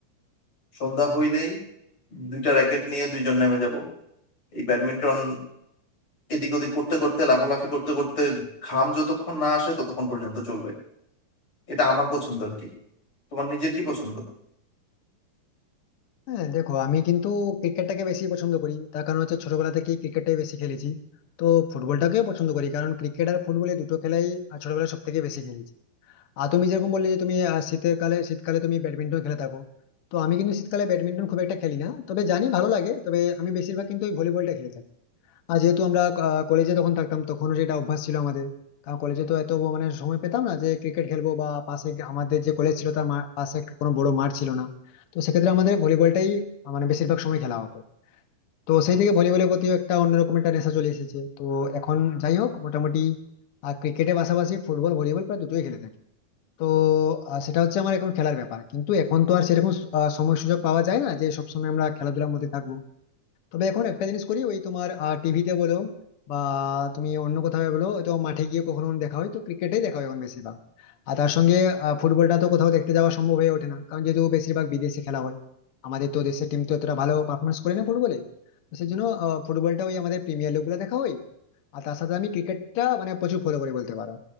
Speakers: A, on the left; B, on the left.
A: সন্ধ্যা হইলেই দুইটা র্যাকেট নিয়ে দুইজন নেমে যাব এই ব্যাডমিন্টন এদিক ওদিক করতে করতে লাফালাফি করতে করতে ঘাম যতক্ষণ না আসে ততক্ষণ পর্যন্ত চলবে এটা আমার পছন্দ আর কি তোমার নিজের কি পছন্দ
B: হ্যাঁ দেখো আমি কিন্তু ক্রিকেটটাকে বেশি পছন্দ করি তার কারণ হচ্ছে ছোটবেলা থেকে ক্রিকেটটাই বেশি খেলেছি তো ফুটবলটাকেও পছন্দ করি কারণ ক্রিকেট আর ফুটবল এই দুটো খেলাই আহ, ছোটবেলায় সব থেকে বেশি খেলেছি আর তুমি যেরকম বললে যে তুমি আহ, শীতের কালে শীতকালে তুমি ব্যাডমিন্টন খেলে থাকো তো আমি কিন্তু শীতকালে ব্যাডমিন্টন খুব একটা খেলি না তবে জানি ভালো লাগে তবে আমি বেশিরভাগ কিন্তু ওই ভলিবলটা খেলে থাকি আর যেহেতু আমরা কলেজে তখন থাকতাম তখনও সেটা অভ্যাস ছিল আমাদের কারণ কলেজে তো এত ব- মানে সময় পেতাম না যে ক্রিকেট খেলবো বা পাশে গ- আমাদের যে কলেজ ছিল তার মা- পাশে একটা কোনো বড় মাঠ ছিল না তো সেক্ষেত্রে আমাদের ভলিবলটাই আহ, মানে বেশিরভাগ সময় খেলা হতো তো সেই থেকে ভলিবলের প্রতিও একটা অন্যরকম একটা নেশা চলে এসেছে তো এখন যাই হোক মোটামুটি আর ক্রিকেটের পাশাপাশি ফুটবল ভলিবল প্রায় দুটোই খেলে থাকি তো আহ, সেটা হচ্ছে আমার এখন খেলার ব্যাপার কিন্তু এখন তো আর সেরকম আহ, সময় সুযোগ পাওয়া যায় না যে সবসময় আমরা খেলাধুলার মধ্যে থাকবো তবে এখন একটা জিনিস করি ওই তোমার টিভিতে বলো বা তুমি অন্য কোথাও বলো তো মাঠে গিয়ে কখনো কখনো দেখা হয় তো ক্রিকেটেই দেখা হয় এখন বেশিরভাগ আর তার সঙ্গে আহ, ফুটবলটা তো কোথাও দেখতে যাওয়া সম্ভব হয়ে ওঠে না কারণ যেহেতু বেশিরভাগ বিদেশে খেলা হয় আমাদের তো দেশের টিম তো এতটা ভালো পারফরমেন্স করে না ফুটবলে তো সেই জন্য আহ, ফুটবলটা ওই আমাদের প্রিমিয়ার লিগ গুলো দেখা হয় আর তার সাথে আমি ক্রিকেটটা মানে প্রচুর ফলো করি বলতে পারো